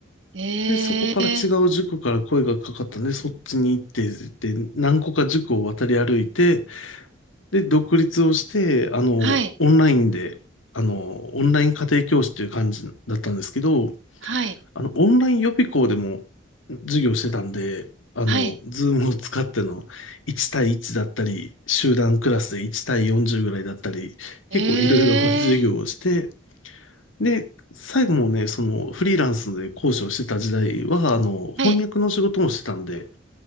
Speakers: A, on the right; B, on the left.
A: へえ。
B: で、そこから違う塾から声がかかったんで、そっちに行って、で、何個か塾を渡り歩いて、で、独立をして、あのーオンラインで、
A: はい。
B: あのーオンライン家庭教師という感じだったんですけど、
A: はい。
B: あの、オンライン予備校でも授業してたんで、あの、
A: はい。
B: ズームを使っての1対1だったり、集団クラスで1対40ぐらいだったり、
A: ええ。
B: 結構いろいろ <laughs> 授業をして、で、最後もね、そのフリーランスで講師をしてた時代は、あの、
A: はい。
B: 翻訳の仕事もしてたんで、